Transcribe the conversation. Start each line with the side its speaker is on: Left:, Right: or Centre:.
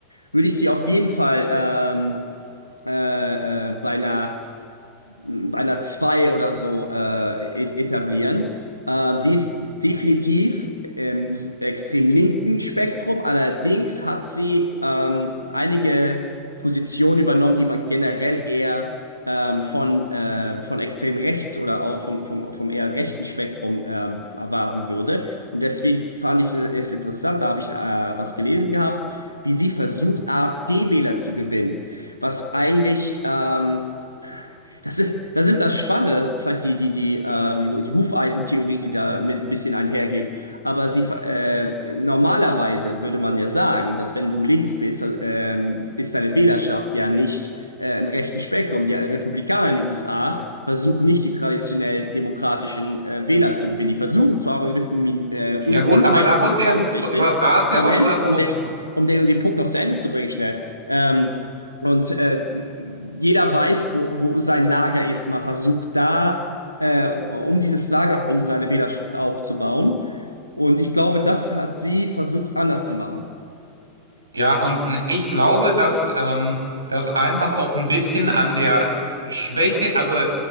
Left: würde ich sie auf jeden Fall ähm, äh, äh, bei einer bei einer 2 oder so äh, et- etablieren. Ähm, sie ist definitiv im extrem linken Spektrum, allerdings hat sie ähm, einige Positionen übernommen, die man generell eher ähm, von, äh, von extrem rechts oder auch vom, vom, vom eher rechten Spektrum ähm, erwarten würde. Und deswegen fand ich es interessant, da habe ich äh, was gelesen gehabt, wie sie versucht, AfD-Wähler zu gewinnen, was eigentlich... Ähm, das ist, das ist das Spannende, also vielleicht die, die, die, äh, die, die Hufeisentheorie, die da mit ein bisschen einhergeht. Aber sie, ver- äh, normalerweise würde man ja sagen, dass wenn du links bist, ver- ähm, ist deine Wählerschaft ja nicht äh, im rechten Spektrum. Die Republikaner in den USA versuchen nicht, die traditionell demokratischen äh, Wähler zu gewinnen. Die versuchen zwar auch gewissen Min äh,
Right: Ja
Left: und
Right: gut,
Left: Minderheiten
Right: aber da musst
Left: zu bekommen,
Right: du ja,
Left: richtig?
Right: da hast du ja
Left: Moment,
Right: auch schon das
Left: um
Right: Problem,
Left: den, um den, um den Punkt noch zu Ende zu bringen, schnell. Ähm, und äh, jeder weiß, wo, wo sein Lager ist. Man versucht da, äh, um dieses Lager herum seine Wählerschaft aufzubauen. Und ich glaube, das hat sie versucht anders zu machen.
Right: Ja, und n- ich glaube, dass ähm, das einfach auch ein bisschen an der Schwäche, also